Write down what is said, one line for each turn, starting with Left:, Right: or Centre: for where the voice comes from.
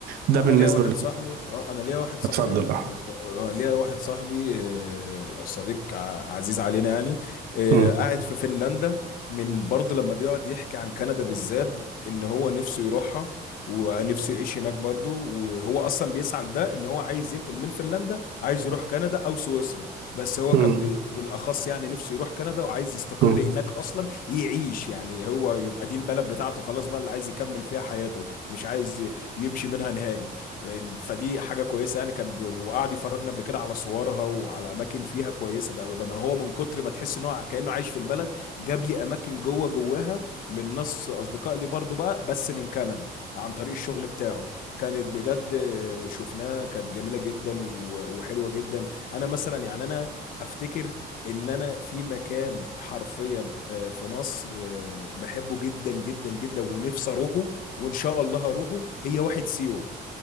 Right: ده
Left: انا
Right: بالنسبه
Left: ليا واحد
Right: ل-
Left: صاحبي آه، انا ليا واحد صاحبي
Right: اتفضل
Left: مخ...
Right: اه
Left: آه، ليا واحد صاحبي آه، صديق ع- عزيز علينا يعني آه،
Right: مم.
Left: قاعد في فنلندا من برضه لما بيقعد يحكي عن كندا بالذات ان هو نفسه يروحها ونفسه يعيش هناك برضه وهو اصلا بيسعى لده ان هو عايز ينقل من فنلندا عايز يروح كندا او سويسرا بس هو
Right: مم.
Left: كان بي... بالاخص يعني نفسه يروح كندا وعايز يستقر
Right: مم.
Left: هناك اصلا يعيش يعني هو يبقى دي البلد بتاعته خلاص بقى اللي عايز يكمل فيها حياته مش عايز يمشي منها نهائي فدي حاجه كويسه يعني كان بي- وقعد يفرجنا قبل كده على صورها وعلى اماكن فيها كويسه ده ده ما هو من كتر ما تحس ان هو كانه عايش في البلد جاب لي اماكن جوه جواها من ناس اصدقاء لي برضو بقى بس من كندا عن طريق الشغل بتاعه كانت بجد آه، شفناها كانت جميله جدا و- وحلوه جدا انا مثلا يعني انا افتكر ان انا في مكان حرفيا آه، في مصر آه، بحبه جدا جدا جدا ونفسي اروحه وان شاء الله هروحه هي واحد سيوه